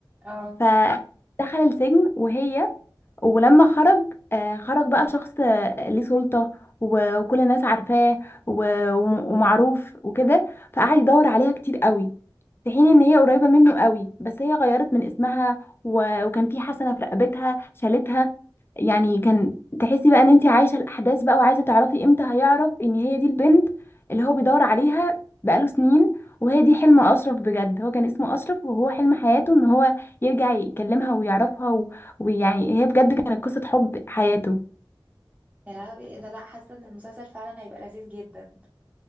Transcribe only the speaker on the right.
اه
يا لهوي ايه ده لا حاسه ان المسلسل فعلا هيبقى لذيذ جدا